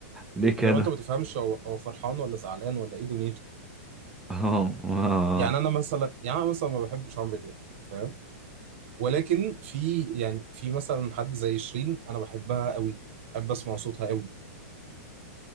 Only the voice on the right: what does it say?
لو أنت ما تفهمش هو هو فرحان ولا زعلان ولا إيه دنيته
يعني أنا مثلا يعني أنا مثلا ما بحبش عمرو دياب فاهم ولكن في يعني في مثلا حد زي شيرين أنا بحبها قوي بحب أسمع صوتها قوي